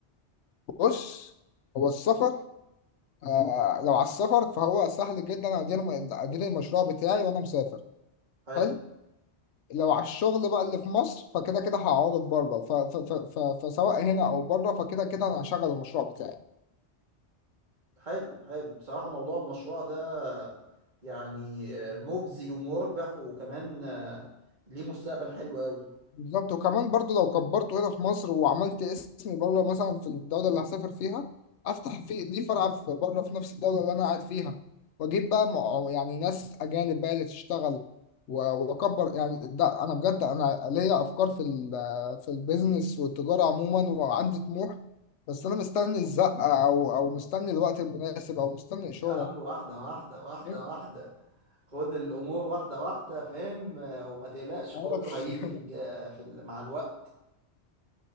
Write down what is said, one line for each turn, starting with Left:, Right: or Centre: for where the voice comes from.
Left: بص هو السفر آه لو على السفر فهو سهل جدا ادير ادير المشروع بتاعي وانا مسافر
Right: حلو
Left: حلو؟ لو على الشغل بقى اللي في مصر فكده كده هعوض بره ف... ف... ف... ف... فسواء هنا او بره فكده كده انا هشغل المشروع بتاعي
Right: حلو حلو بصراحة موضوع المشروع ده يعني آه، مجزي ومربح وكمان آه، ليه مستقبل حلو قوي
Left: بالظبط وكمان برضو لو كبرته هنا في مصر وعملت اسمي بره مثلا في الدولة اللي هسافر فيها افتح في ليه فرع في بره في نفس الدولة اللي انا قاعد فيها واجيب بقى مع- يعني ناس اجانب بقى اللي تشتغل و- واكبر يعني ده انا بجد انا ليا افكار في ال- في البيزنس والتجارة عموما وعندي طموح بس انا مستني الزقة او او مستني الوقت المناسب او مستني اشارة
Right: يا عم واحدة واحدة واحدة
Left: إيه؟
Right: واحدة خد الأمور واحدة واحدة فاهم آه، وما تقلقش
Left: معرفش
Right: كله هيجي في
Left: <laughs>
Right: الج... في ال... مع الوقت